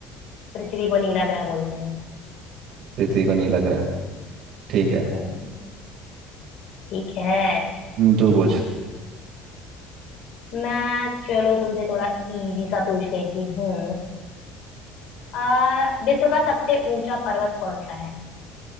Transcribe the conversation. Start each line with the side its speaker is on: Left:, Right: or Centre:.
Left: पृथ्वी को नीला ग्रह बोलते हैं
Right: पृथ्वी को नीला ग्रह ठीक है
Left: हम्म, ठीक है
Right: हम्म, तू पूछ
Left: मैं चलो तुमसे थोड़ा इजी सा पूछ लेती हूँ आ, विश्व का सबसे ऊंचा पर्वत कौन सा है